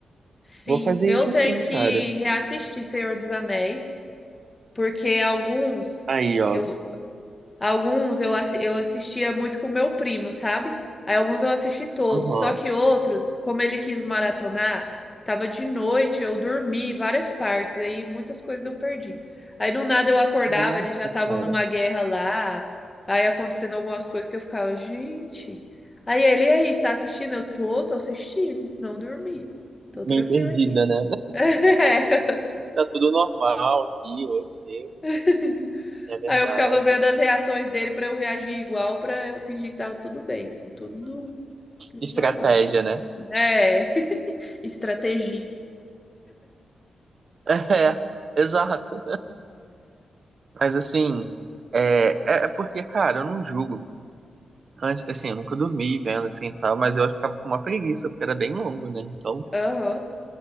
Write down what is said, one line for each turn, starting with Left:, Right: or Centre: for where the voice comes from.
Left: Sim,
Right: Vou fazer
Left: eu
Right: isso
Left: tenho
Right: sim,
Left: que
Right: cara.
Left: reassistir Senhor dos Anéis, porque alguns
Right: Aí, ó.
Left: eu alguns eu, assi- eu assistia muito com meu primo, sabe? Aí alguns eu assisti todos,
Right: Aham.
Left: só que outros, como ele quis maratonar, tava de noite, eu dormi várias partes, aí muitas coisas eu perdi. Aí do nada eu acordava,
Right: Nossa,
Left: eles já estavam
Right: cara.
Left: numa guerra lá, aí acontecendo algumas coisas que eu ficava, gente. Aí ele, e aí, está assistindo? Eu tô, tô assistindo, não dormi. Tô tranquila
Right: Meio perdida,
Left: aqui.
Right: né?
Left: É.
Right: Tá tudo normal aqui, oi, eu,
Left: <laughs>
Right: é verdade.
Left: Aí eu ficava vendo as reações dele pra eu reagir igual, pra eu fingir que tava tudo bem, tudo, tudo
Right: Estratégia,
Left: normal.
Right: né?
Left: É, <laughs> estratégia.
Right: <laughs> É, exato. Mas assim, é, é é porque, cara, eu não julgo. Antes, Assim, eu nunca dormi vendo assim e tal, mas eu ficava com uma preguiça, porque era bem longo, né? Então,
Left: Aham.